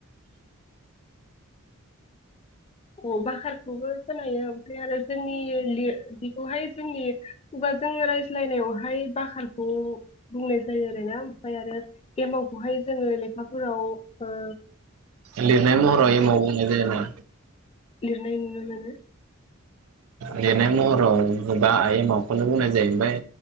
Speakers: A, on the left (about 30°); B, on the right (about 70°).
A: अ' बाखारखौबो खोनायो ओमफ्राय आरो जोंनि लि बिखौहाय जोंनि खुगाजों रायज्लायनायावहाय बाखारखौ बुंनाय जायो ओरायना ओमफाय आरो एमावखौहाय जोङो लेखाफोराव ओ
B: लिरनाय महराव समाव होननाय जाया ना
A: लिरनाय नुनो मोनो
B: लिरनाय महराव बा एमावखौनो बुंनाय जाहैबाय